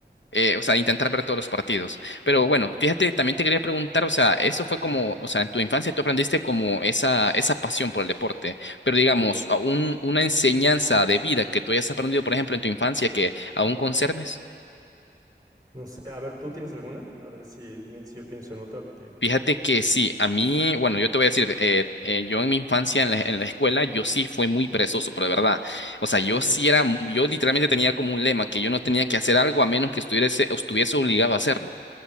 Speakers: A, on the left; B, on the right.
A: eh, o sea, intentar ver todos los partidos. Pero bueno, fíjate, también te quería preguntar, o sea, eso fue como, o sea, en tu infancia tú aprendiste como esa, esa pasión por el deporte, pero digamos,
B: Sí, correcto.
A: a un, una enseñanza de vida que tú hayas aprendido, por ejemplo, en tu infancia que aún conserves.
B: No sé, a ver, ¿tú tienes alguna? A ver si mientras yo pienso en otra porque...
A: Fíjate que sí, a mí, bueno, yo te voy a decir, eh, eh, yo en mi infancia en la, en la escuela, yo sí fui muy perezoso, pero de verdad. O sea, yo
B: Ok.
A: sí era, mu- yo literalmente tenía como un lema que yo no tenía que hacer algo a menos que estuviese, estuviese obligado a hacerlo.